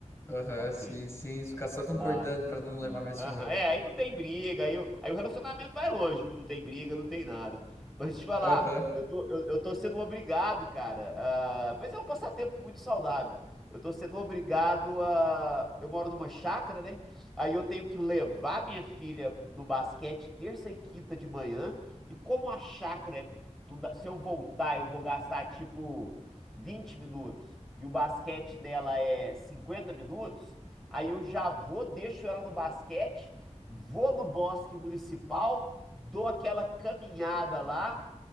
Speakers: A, on the left; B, in the centre.
A: Aham,
B: ok.
A: sim, sim. Ficar só concordando
B: Claro.
A: pra não
B: Sim.
A: levar mais
B: Aham.
A: xingão.
B: É, aí não tem briga, aí, o- aí o relacionamento vai longe, viu? Não tem briga, não tem nada. Mas te falar,
A: Aham,
B: eu tô, eu, eu tô sendo obrigado, cara. ah, mas é um passatempo muito saudável. Eu tô sendo obrigado a. Eu moro numa chácara, né? Aí eu tenho que levar minha filha no basquete terça e quinta de manhã. E como a chácara é. não dá- Se eu voltar, eu vou gastar tipo 20 minutos. E o basquete dela é 50 minutos. Aí eu já vou, deixo ela no basquete, vou no bosque municipal, dou aquela caminhada lá.